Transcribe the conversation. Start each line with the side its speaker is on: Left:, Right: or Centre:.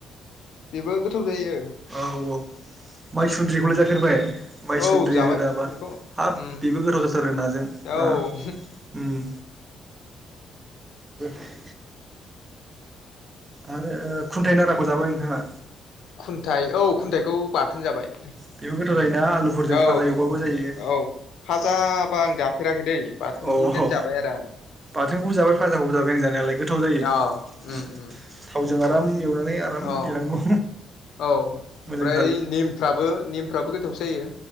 Left: बेबो गोथाव जायो
Right: औ औ माइ सुन्द्रिखौलाय जाफेरबाय मायसुन्द्रि
Left: औ जाबाय
Right: रोदाबा
Left: बेखौ
Right: हाब
Left: उम
Right: बेबो गोथाव जाथारो नाजों
Left: औ
Right: बा उम <unintelligible> आरो खुन्थाइ नाराखौ जाबाय नोंथाङा
Left: खुन्थाइ औ खुन्थाइ खौ बाथोन जाबाय
Right: बेबो गोथाव
Left: ओम
Right: जायोना आलुफोरजों
Left: औ
Right: फाजा एवबाबो जायो
Left: औ फाजाबा आं जाफेराखै दै बाथोनखौ
Right: अ
Left: देन जाबाय आरो आं
Right: बाथोनखौबो जाबाय फाजाखौबो जाबाय आं जानायालाय गोथाव जायो
Left: अ उम
Right: थावजों
Left: उम उम
Right: आराम एवनानै आराम
Left: औ
Right: देनांगौ
Left: औ ओमफ्राय
Right: मोजां
Left: निमफ्राबो निमफ्राबो गोथावसो जायो